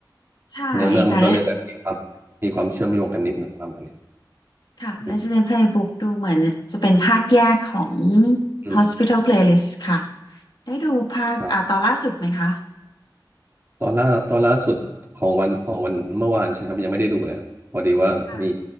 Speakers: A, on the left (about 70°); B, on the right (about 30°).
A: ใช่ค่ะ
B: เนื้อเรื่องมันก็เลยแบบมีความมีความเชื่อมโยงกันนิดหน่งประมาณนี้
A: ค่ะ
B: อืม
A: Resident Playbook ดูเหมือนจะเป็นภาคแยกของ
B: อืม
A: Hospital Playlist ค่ะ ได้ดูภาคอ่าตอนล่าสุดไหมคะ
B: ใช่ ตอนล่าตอนล่าสุดของวันของวันเมื่อวานใช่ครับยังไม่ได้ดูเลยครับพอดีว่ามี
A: ค่ะ